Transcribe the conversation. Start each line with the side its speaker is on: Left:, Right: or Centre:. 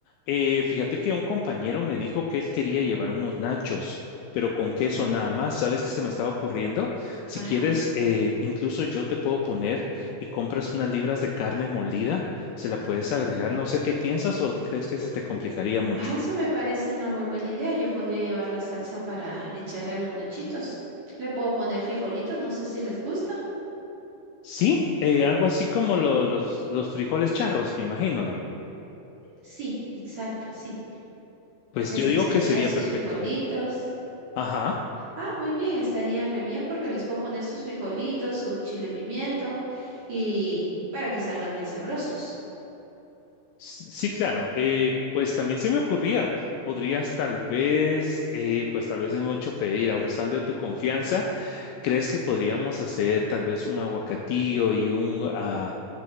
Left: Eh, fíjate que un compañero me dijo que él quería llevar unos nachos, pero con queso
Right: Ah,
Left: nada más. ¿Sabes qué se me estaba ocurriendo? Si
Right: ajá.
Left: quieres, eh, incluso yo te puedo poner y compras unas libras de carne molida, se la puedes agregar. No sé qué piensas o crees que se te complicaría mucho.
Right: Ajá, eso me parece una muy buena idea. Yo podría llevar la salsa para echarle a los nachitos. Le puedo poner frijolitos, no sé si les gusta.
Left: Sí, eh, algo así como lo- los, los frijoles charros, me imagino, ¿no?
Right: Sí, exacto, sí.
Left: Pues
Right: Les
Left: yo digo
Right: echaría
Left: que sería
Right: sus
Left: perfecto.
Right: frijolitos.
Left: Ajá.
Right: Ah, muy bien, estaría re bien porque les puedo poner sus frijolitos, su chile pimiento y para que salgan bien sabrosos.
Left: S- Sí, claro. eh, pues también se me ocurría, podrías tal vez, eh, pues tal vez es mucho pedir, abusando de tu confianza, ¿crees que podríamos hacer tal vez un aguacatillo y un, ah,